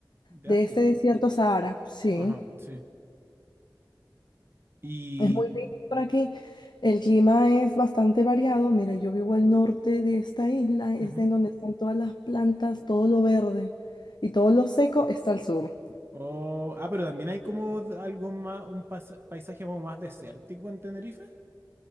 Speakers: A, on the right (about 30°); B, on the left (about 70°).
A: de
B: de
A: África.
B: este desierto Sahara. Sí.
A: Ajá, sí. Y...
B: Es muy lindo por aquí. El clima es bastante variado. Mira, yo vivo al norte de esta isla, es
A: ujú.
B: en donde están todas las plantas, todo lo verde. Y todo lo seco está al sur.
A: Oh, ah, pero también hay como algo más, un pas- paisaje como más desértico en Tenerife.